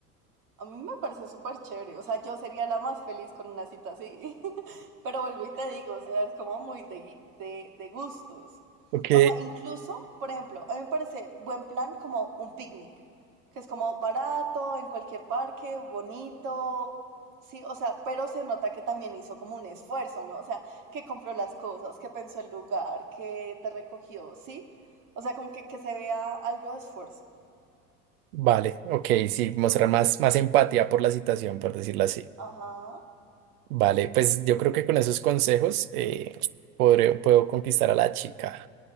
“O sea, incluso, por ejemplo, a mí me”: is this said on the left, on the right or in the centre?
Right